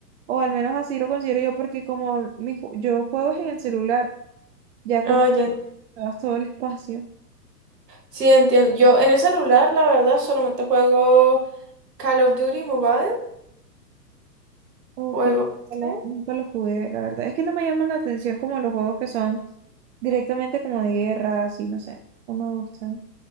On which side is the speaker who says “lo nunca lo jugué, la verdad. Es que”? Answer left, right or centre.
Right